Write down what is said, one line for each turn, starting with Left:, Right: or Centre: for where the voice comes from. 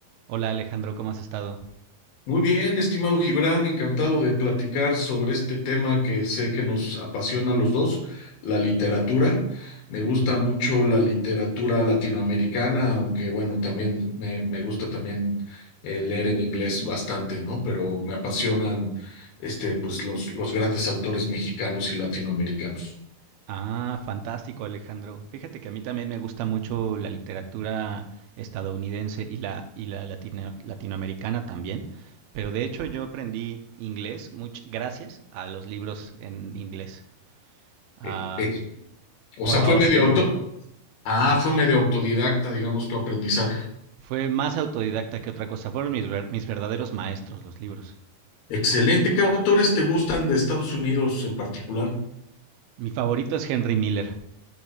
Right: Hola Alejandro, ¿cómo has estado?
Left: Muy bien, estimado Gibran, encantado de platicar sobre este tema que sé que nos apasiona a los dos, la literatura. Me gusta mucho la literatura latinoamericana, aunque bueno, también me, me gusta también eh, leer en inglés bastante, ¿no? Pero me apasionan este, pues, los, los grandes autores mexicanos y latinoamericanos.
Right: Ah, fantástico Alejandro. Fíjate que a mí también me gusta mucho la literatura estadounidense y la, y la latino- latinoamericana también, pero de hecho yo aprendí inglés much- gracias a los libros en inglés, a
Left: Eh, ex- O
Right: Paul
Left: sea, fue
Right: Auster.
Left: medio auto. Ah, fue medio autodidacta, digamos, tu aprendizaje.
Right: Fue más autodidacta que otra cosa, fueron mis, ver- mis verdaderos maestros los libros.
Left: Excelente. ¿Qué autores te gustan de Estados Unidos en particular?
Right: Mi favorito es Henry Miller.